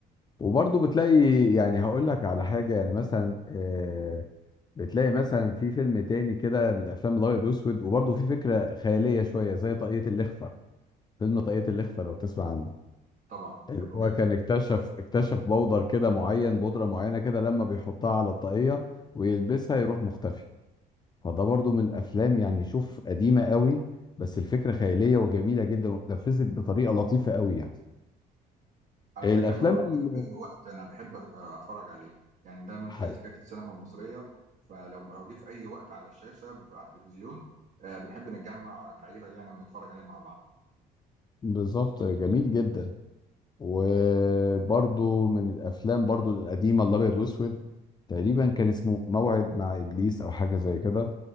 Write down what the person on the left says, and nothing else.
وبرضه بتلاقي يعني هقول لك على حاجه يعني مثلا آه بتلاقي مثلا في فيلم تاني كده من الافلام الابيض والاسود وبرضه في فكره خياليه شويه زي طاقية الإخفاء فيلم طاقية الإخفاء لو تسمع عنه
اللي هو
كان اكتشف اكتشف بودر كده معين بودرة معينة كده لما بيحطها على الطاقية ويلبسها يروح مختفي فده برضو من الأفلام يعني شوف قديمة قوي بس الفكرة خيالية وجميلة جدا واتنفذت بطريقة لطيفة قوي يعني
الأفلام
اللي
حي.
بالظبط جميل جدا وبرضو من الافلام برضو القديمه الابيض واسود تقريبا كان اسمه موعد مع ابليس او حاجه زي كده